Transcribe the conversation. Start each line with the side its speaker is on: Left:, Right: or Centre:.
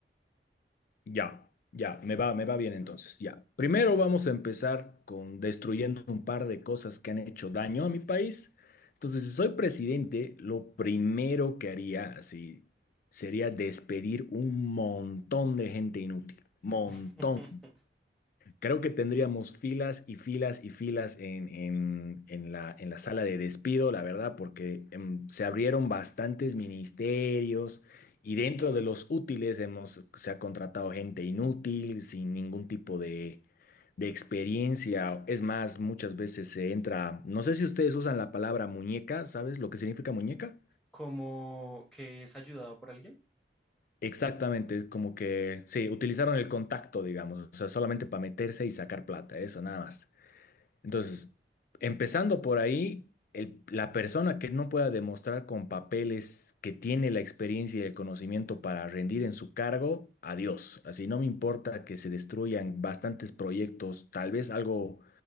Left: Ya, ya, me va, me va bien entonces, ya. Primero vamos a empezar con destruyendo un par de cosas que han hecho daño a mi país. Entonces, si soy presidente, lo primero que haría así sería despedir un montón de gente inútil, montón.
Centre: <laughs>
Left: Creo que tendríamos filas y filas y filas en, en- en la, en la sala de despido, la verdad, porque em, se abrieron bastantes ministerios y dentro de los útiles hemos, se ha contratado gente inútil, sin ningún tipo de, de experiencia. Es más, muchas veces se entra, no sé si ustedes usan la palabra muñeca, ¿sabes lo que significa muñeca?
Centre: como que es ayudado por alguien.
Left: Exactamente, es como que, sí, utilizaron el contacto, digamos, o sea, solamente para meterse y sacar plata, eso nada más. Entonces, empezando por ahí, el- la persona que no pueda demostrar con papeles que tiene la experiencia y el conocimiento para rendir en su cargo, adiós. Así no me importa que se destruyan bastantes proyectos, tal vez algo,